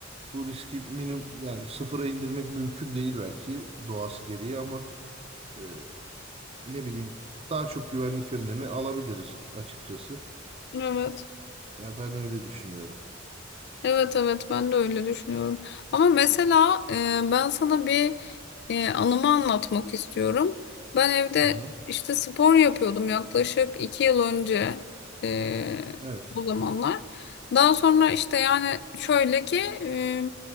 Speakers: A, on the right; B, on the left.
A: bu riski minimum yani sıfıra indirmek mümkün değil belki doğası gereği ama e, ne bileyim daha çok güvenlik önlemi alabiliriz açıkçası.
B: Evet.
A: Ya ben öyle düşünüyorum.
B: Evet evet ben de öyle düşünüyorum. Ama mesela e, ben sana bir e, anımı anlatmak istiyorum. Ben evde
A: Hı hı.
B: işte spor yapıyordum yaklaşık iki yıl önce e,
A: Evet.
B: o zamanlar. Daha sonra işte yani şöyle ki e,